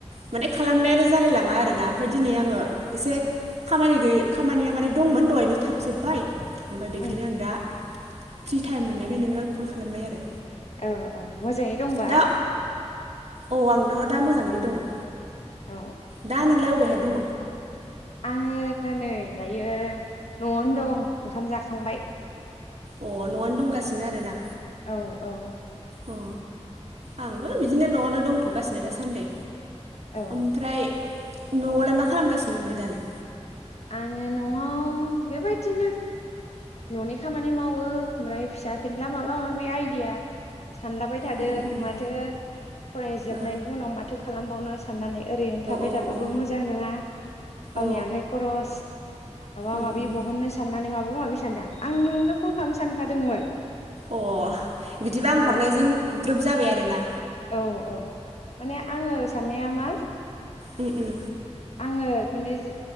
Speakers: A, on the right; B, on the left.
A: माने खालामनायानो जालाय लाङा आरोना ओमफ्राय दिनै आङो एसे खामानि गैयै खामानिया माने दंमोन दहायनो थाबजोबबाय ओमफाय बेखायनो
B: उम
A: आं दा फ्रि टाइम मोननायखाय नोंनो कल खालामबाय आरो
B: औ औ मोजाङै दंबा
A: दा औ आंथ' दा मोजाङै दङ ओ
B: औ
A: दा नोंलाय अबेहाय दङ
B: आंङो नै दायो न'आवनो दं ओंखाम जाखांबाय
A: अ न'आवनो दंगासिनो आरोना
B: औ औ
A: अ आंबो बिदिनो न'आवनो दंथ'गासिनो दासान्दै
B: औ
A: ओमफ्राय न'आवलाय मा खालामगासिनो नोंलाय दालाय
B: आङो न'आव बेबायदिनो न'नि खामानि मावो ओमफ्राय फिसा फेनला माबा माबि आइडिया सानलाबाय थादों
A: उम उम उम
B: माथो फरायजोबनायनि
A: ओ
B: उनाव माथो खालामबावनो साननानै ओरैनो थाबाय
A: औ
B: थाबाबो
A: औ
B: मोजां नङा गावनि
A: औ
B: आखाइ खरस माबा
A: उम
B: माबि
A: उम
B: बहननो साननानै मा बा माबि सानदां आं नोंनो फन खालामनो सानखादोंमोन
A: ओ अ बिदिबा आं हरनायजों
B: औ
A: ग्रोब जाबाय आरोना
B: औ औ माने आङो साननाया मा
A: उम उम
B: आङो माने जि